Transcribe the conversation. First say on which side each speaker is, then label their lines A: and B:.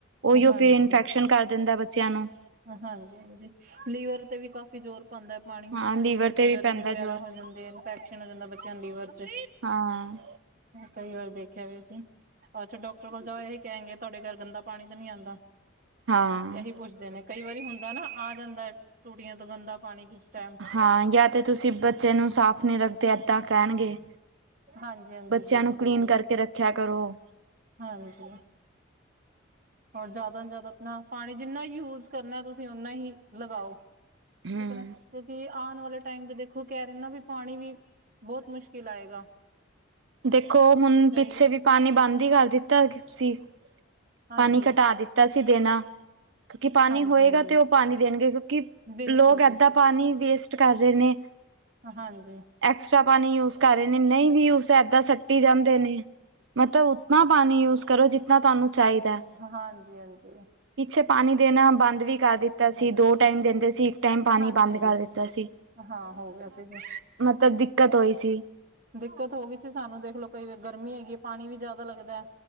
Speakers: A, on the right; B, on the right.
A: ਉਹੀਓ
B: ਹਾਂਜੀ,
A: ਫੇਰ ਇਨਫੈਕਸ਼ਨ ਕਰ ਦਿੰਦਾ ਬੱਚਿਆਂ ਨੂੰ।
B: ਹਾਂਜੀ-ਹਾਂਜੀ ਲੀਵਰ ਤੇ ਵੀ ਕਾਫ਼ੀ ਜੋਰ। ਪਾਂਦਾ ਪਾਣੀ
A: ਹਾਂ
B: ਲੀਵਰ
A: ਤੇ
B: ਚ
A: ਵੀ
B: ਗਰਮੀ
A: ਪੈਂਦਾ
B: ਵਗੈਰਾ
A: ਜ਼ੋਰ
B: ਹੋ ਜਾਂਦੀ ਹੈ। ਇਨਫੈਕਸ਼ਨ ਹੋ ਜਾਂਦਾ ਬੱਚਿਆਂ ਨੂੰ ਲੀਵਰ 'ਚ।
A: ਹਾਂ
B: ਕਈ ਵਾਰ ਦੇਖਿਆ ਵੈਸੇ। ਅੱਛਾ ਡਾਕਟਰ ਕੋਲ ਜਾਓ ਇਹੀ ਕਹਿਣਗੇ ਤੁਹਾਡੇ ਘਰ ਗੰਦਾ ਪਾਣੀ ਤਾਂ ਨੀ ਆਂਦਾ
A: ਹਾਂ
B: ਇਹੀ ਪੁੱਛਦੇ ਨੇ। ਕਈ ਵਾਰੀ ਹੁੰਦਾ ਨਾ ਆ ਜਾਂਦਾ ਟੂਟੀਆਂ ਤੋਂ ਗੰਦਾ ਪਾਨੀ ਕਿਸ ਟਾਈਮ।
A: ਹਾਂ ਯਾਂ ਤੇ ਤੁਸੀਂ ਬੱਚੇ ਨੂੰ ਸਾਫ਼ ਨਹੀਂ ਰੱਖਦੇ ਏਦਾਂ ਕੈਣਗੇ।
B: ਹਾਂਜੀ ਹਾਂਜੀ
A: ਬੱਚਿਆਂ
B: ਬਿਲਕੁਲ
A: ਨੂੰ ਕਲੀਨ
B: ਜੀ
A: ਕਰਕੇ ਰੱਖਿਆ ਕਰੋ।
B: ਹਾਂਜੀ। ਹੋਰ ਜ਼ਿਆਦਾ ਨ ਜ਼ਿਆਦਾ ਆਪਣਾ ਪਾਨੀ ਜਿੰਨਾ ਯੂਜ ਕਰਨਾ ਤੁਸੀਂ ਓਨਾ ਹੀ ਲਗਾਓ।
A: ਹਮ
B: ਠੀਕ ਹੈ ਨਾ। ਕਿਉਂਕਿ ਆਉਣ ਵਾਲੇ ਟਾਈਮ ਤੇ ਦੇਖੋ ਕਹਿ ਰਹੇ ਨਾ ਵੀ ਪਾਣੀ ਵੀ ਬਹੁਤ ਮੁਸ਼ਕਿਲ ਆਏਗਾ।
A: ਦੇਖੋ ਹੁਣ
B: ਕਈ
A: ਪਿੱਛੇ ਵੀ ਪਾਨੀ ਬੰਦ ਹੀ ਕਰ ਦਿੱਤਾ ਸੀ।
B: ਹਾਂਜੀ
A: ਪਾਨੀ ਘਟਾ ਦਿੱਤਾ ਸੀ ਦੇਣਾ। ਕਿਉਂਕਿ ਪਾਨੀ
B: ਹਾਂਜੀ
A: ਹੋਏਗਾ
B: ਹਾਂਜੀ
A: ਤੇ ਉਹ ਪਾਨੀ ਦੇਣਗੇ ਕਿਉਂਕਿ।
B: ਬਿਲਕੁਲ
A: ਲੋਕ
B: ਜੀ
A: ਏਦਾਂ ਪਾਨੀ ਵੇਸਟ ਕਰ ਰਹੇ ਨੇ।
B: ਹਾਂਜੀ।
A: ਐਕਸਟਰਾ ਪਾਨੀ ਯੂਜ ਕਰ ਰਹੇ ਨੇ ਨਹੀਂ ਵੀ ਯੁਜ਼ ਏਦਾਂ ਸੱਟੀ ਜਾਂਦੇ ਨੇ। ਮਤਲਬ ਉਤਨਾ ਪਾਨੀ ਯੂਜ ਕਰੋ ਜਿੱਤਨਾ ਤੁਹਾਨੂੰ। ਚਾਹੀਦਾ
B: ਹਾਂਜੀ-ਹਾਂਜੀ।
A: ਪਿੱਛੇ ਪਾਣੀ ਦੇਣਾ ਬੰਦ ਵੀ ਕਰ ਦਿੱਤਾ
B: ਬਿਲਕੁਲ
A: ਸੀ। ਦੋ ਟਾਈਮ ਦਿੰਦੇ ਸੀ ਇੱਕ ਟਾਈਮ ਪਾਣੀ
B: ਹਾਂਜੀ
A: ਬੰਦ
B: ਹਾਂਜੀ
A: ਕਰ ਦਿੱਤਾ ਸੀ।
B: ਹਾਂ ਹੋ ਗਿਆ ਸੀਗਾ।
A: ਮਤਬ ਦਿੱਕਤ ਹੋਈ ਸੀ।
B: ਦਿੱਕਤ ਹੋ ਗਈ ਸੀ, ਸਾਨੂੰ ਦੇਖਲੋ ਕਈ ਵਾਰ ਗਰਮੀ ਹੈਗੀ ਏ ਪਾਣੀ ਵੀ ਜਾਦਾ ਲੱਗਦਾ।